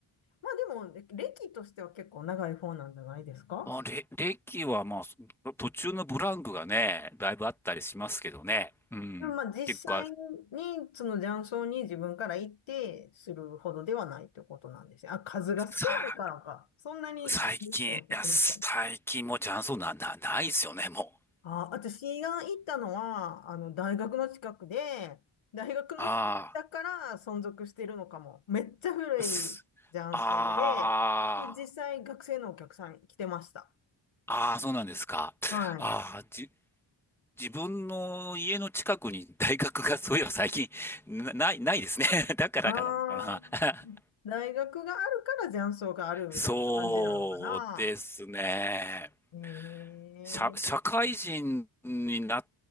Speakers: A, on the left; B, in the centre.
A: まあでも、歴としては結構長い方なんじゃないですか
B: あ、れ、歴はまあ、途中のブランクがね、だいぶあったりしますけどね。うん。
A: でもまあ実際に、
B: 結構か
A: その雀荘に自分から行ってするほどではないということなんですよ。あ、数が少ないからか。
B: さ、
A: そんなに、
B: 最近、
A: っておっしゃってましたね。
B: いや、最近もうチャンスな、な、ないですよね、もう。
A: あ、私が行ったのは、あの、大学の近くで、大学の近くだから存続してるのかも。
B: あ
A: めっちゃ古い
B: あ、すあ
A: 雀荘で、で、実際学生のお客さん来てました。
B: あ、ああ、そうなんですか。
A: はい。
B: ああ、じ、自分の家の近くに大学がそういえば最近、な、ない、ないですね。<laughs> だからかなのかな。
A: ああ、
B: <laughs>
A: 大学があるから雀荘があるみたいな感じなのかな。
B: そうですね。
A: ええ、
B: 社、社会人にな、